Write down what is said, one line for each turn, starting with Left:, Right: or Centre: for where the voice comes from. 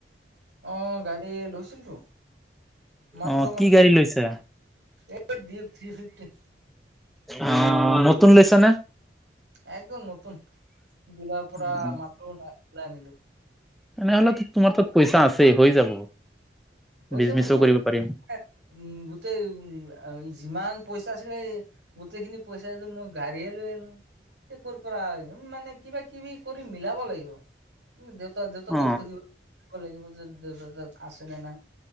Right: অ, গাড়ী লৈছিলটো। মাত্ৰ
Centre: অ
Right: ম
Centre: কি গাড়ী লৈছা
Right: এই থ্ৰী ফিফট।
Centre: অ, নতুন লৈছা নে?
Right: একদম নতুন দিলাৰ পৰা
Centre: অ
Right: মাত্ৰ নাই ওলাই আনিলো।
Centre: তেনেহলে তোমাৰ তাত পইচা আছেই হৈ যাব
Right: হৈ
Centre: বিজনেচো
Right: যাব হৈ
Centre: কৰিব পাৰিম।
Right: উম, গোটেই উ যিমান পইচা আছিলে গোটেইখিনি পইচাটো মই গাড়ীয়ে লৈ আনো। ক পৰা আহিম মানে কিবা কিবি কৰি মিলাব লাগিব। উম, দেউতা-দেউতা
Centre: অ
Right: তাত খুজিব লাগিব যে দেউতা তাত আছে নে নাই?